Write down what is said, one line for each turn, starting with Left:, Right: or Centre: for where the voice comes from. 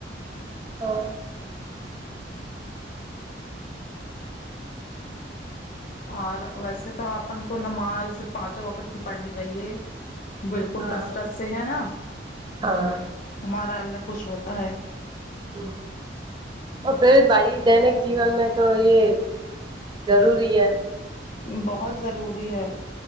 Right: تو
Left: اور ویسے تو آپن کو نماز پانچوں وقت کی پڑھنی چاہیے بالکل
Right: ہاں
Left: کسرت سے ہے نا
Right: ہاں
Left: ہمارا اللہ خوش ہوتا ہے
Right: او اور پھر بھائی دینک جیون میں تو یہ ضروری ہے
Left: بہت ضروری ہے